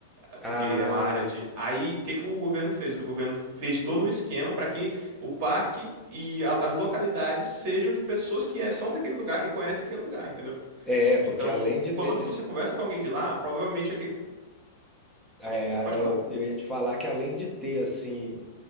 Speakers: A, on the right (about 40°); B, in the centre.
A: eh, porque
B: Ah,
A: é uma área de. Aí, o que que o governo fez? O governo fez todo um esquema para que o parque e a- as localidades sejam de pessoas que eh, são daquele lugar, que conhecem aquele lugar, entendeu?
B: é, porque
A: Então,
B: além de ter.
A: quando
B: dis-
A: você conversa com alguém de lá, provavelmente é aquele.
B: é,
A: Pode falar.
B: eu eu ia te falar que além de ter, assim.